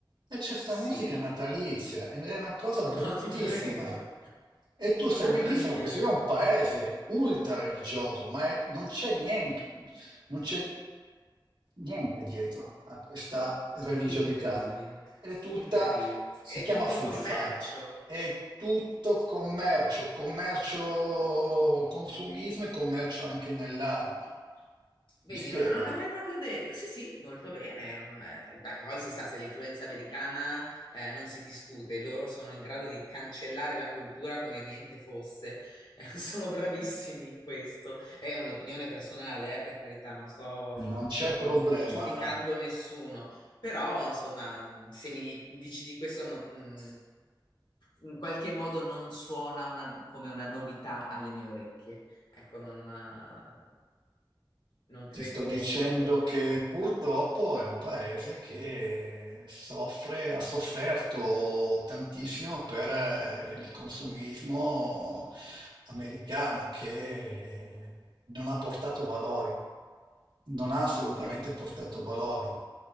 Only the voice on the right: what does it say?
e c'è sta
musica natalizia, ed è una cosa
bruttissima.
E tu sai
benissimo
che questo qui è un paese ultra religioso, ma è- non c'è niente, non c'è niente dietro a questa religiosità.
È tutta,
si
chiama
fuffa,
è tutto commercio, commercio, consumismo e commercio anche nell'anima.
Mi spiego?
Non c'è
problema.
Ti sto dicendo
che purtroppo è un paese che soffre, ha sofferto tantissimo per eh, il consumismo americano che non ha portato valori, non ha assolutamente
portato valori.